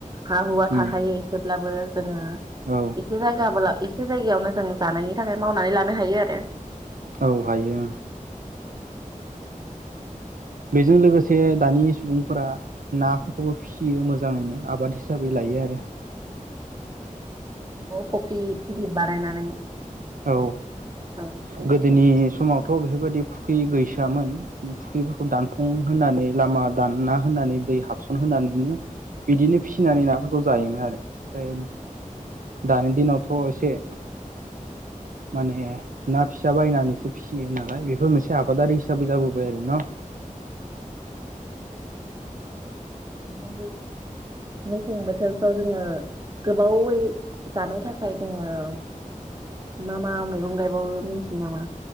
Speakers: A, on the right; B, on the right.
A: हा हुवा
B: उम
A: थाखायो एसेब्लाबो जोङो
B: औ
A: एसे जायगाब एसे जायगायावनो जों जानायनि थाखाय मावनानै लानो हायो आरो
B: औ हायो
A: उम।
B: बेजों लोगोसे दानि सुबुंफोरा नाफोरखौबो फिसियो मोजाङैनो आबाद हिसाबै लायो आरो।
A: न'आव फुख्रि गिदिर बानायनानै
B: औ
A: जावनानै
B: गोदोनि
A: ना फिसियो।
B: समावथ' बेफोरबायदि फुख्रि गैसोआमोन फुख्रिफोरखौ दानफ्लं होनानै लामा दानना होनानै दै हाबसन होनानैनो बिदिनो फिसिनानै नाफोरखौ जायोमोन आरो। ओमफ्राय दानि दिनावथ' एसे माने ना फिसा बायनानैसो फिसियो नालाय बेफोर मोनसे आबादारि हिसाबै जाबोबाय आरो ना।
A: जोङो मेसें बोथोरफ्राव जोङो गोबावै जानो थाखाय जोङो मा मा मैगं गायबावो मिथियो नामा